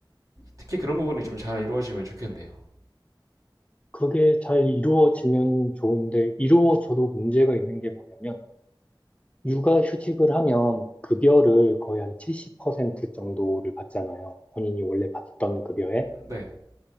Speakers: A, on the right; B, on the left.
A: 특히 그런 부분이 좀 잘 이루어지면 좋겠네요.
B: 그게 잘 이루어지면 좋은데 이루어져도 문제가 있는 게 뭐냐면 육아휴직을 하면 급여를 거의 한 70% 정도를 받잖아요. 본인이 원래 받던 급여에.
A: 네,